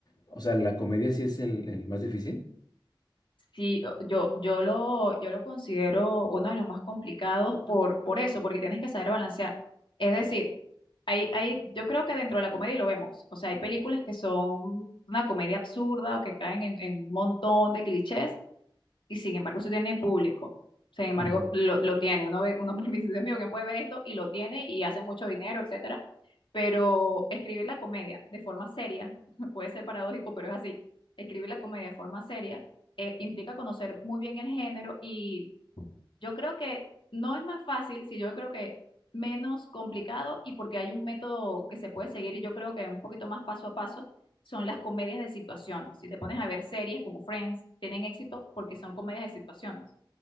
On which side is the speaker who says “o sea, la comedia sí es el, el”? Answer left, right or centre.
Left